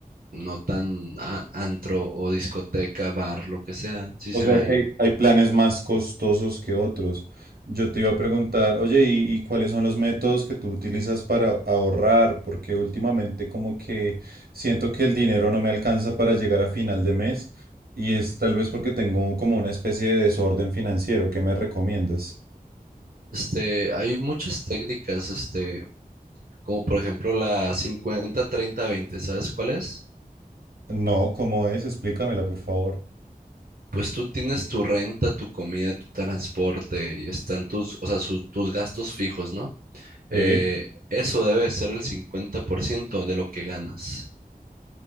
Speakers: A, on the right; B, on the right.
A: no tan a- antro o discoteca, bar, lo que sea. Sí
B: O
A: se
B: sea
A: me ha
B: que
A: ido.
B: hay, hay planes más costosos que otros. Yo te iba a preguntar, oye, ¿y, y cuáles son los métodos que tú utilizas para ahorrar? Porque últimamente como que siento que el dinero no me alcanza para llegar a final de mes y es tal vez porque tengo como una especie de desorden financiero. ¿Qué me recomiendas?
A: Este, hay muchas técnicas, este. Como por ejemplo la cincuenta treinta veinte ¿sabes cuál es?
B: No, ¿cómo es? Explícamela, por favor.
A: Pues tú tienes tu renta, tu comida, tu transporte y están tus, o sea, su- tus gastos fijos, ¿no?
B: Sí.
A: Eh, eso debe ser el 50% de lo que ganas.